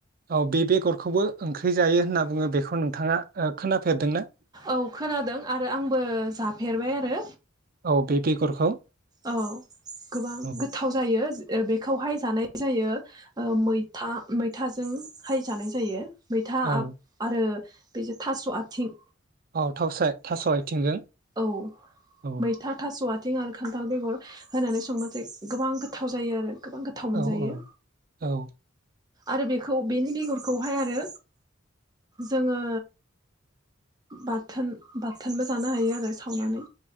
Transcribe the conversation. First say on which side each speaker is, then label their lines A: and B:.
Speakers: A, on the right; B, on the right.
A: औ बे बेगरखौबो ओंख्रि जायो होनना बुङो बेखौ नोंथाङा खोनाफेरदोंना
B: औ खोनादों आरो आंबो जाफेरबाय आरो
A: औ बे बेगरखौ
B: औ गोबां
A: औ
B: गोथाव जायो बेखौहाय जानाय जायो मैथा मैथाजों हाय जानाय जायो मैथा
A: औ
B: आरो बेजों थास' आथिं
A: औ थाव थास' आथिंजों
B: औ
A: औ
B: मैथा <unintelligible> खान्थाल बेगर होनानै संबाथाय गोबां गोथाव जायो आरो गोबां गोथाव मोनजायो
A: औ औ औ
B: आरो बेखौ बेनि बेगरखौ खौहाय आरो जोङो बाथोन बाथोनबो जानो हायो आरो सावनानै